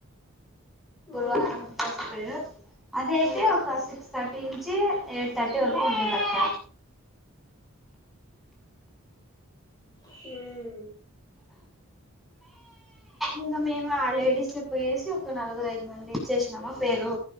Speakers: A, in the centre; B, on the left.
A: గురువారం
B: ఆ
A: <unintelligible> అది అయితే
B: ఆ
A: ఒక సిక్స్ థర్టీ. <unintelligible> ఎయిట్ థర్టీ వరకు ఉంటుంది అక్క
B: హ్మ్.
A: ఇంకా మేము ఆ లేడీస్కి పోయేసి ఒక నలుగురు ఐదు మంది ఇచ్చేసినామా పేరు.